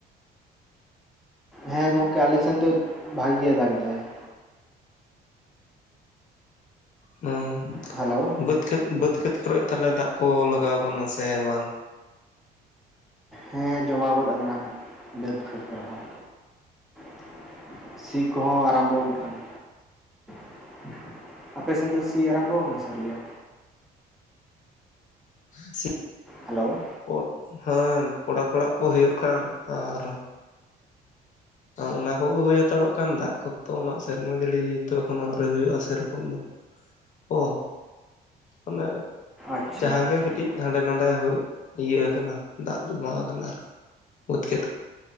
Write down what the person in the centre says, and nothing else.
ᱦᱮᱸ ᱜᱚᱝᱠᱮ ᱟᱞᱮ ᱥᱮᱱ ᱫᱚ ᱵᱷᱟᱞᱮ ᱜᱮ ᱫᱟᱜ ᱫᱟᱭ ᱾
ᱦᱮᱞᱳ᱾
ᱦᱮᱸ ᱡᱚᱢᱟᱣ ᱜᱚᱫ ᱟᱠᱟᱱᱟ ᱵᱟᱹᱫᱽ ᱠᱷᱮᱛ ᱠᱚᱨᱮᱦᱚᱸ ᱾ ᱥᱤ ᱠᱚᱦᱚᱸ ᱟᱨᱟᱢᱵᱚ ᱜᱚᱫ ᱠᱟᱱᱟ ᱾ ᱟᱯᱮ ᱥᱮᱱ ᱫᱚ ᱥᱤ ᱟᱨᱟᱢᱵᱚ ᱠᱟᱱᱟ ᱥᱮ ᱟᱣᱨᱤ-ᱟ?
ᱦᱮᱞᱳ᱾
ᱟᱪᱪᱷᱟ
ᱟᱪᱪᱷᱟ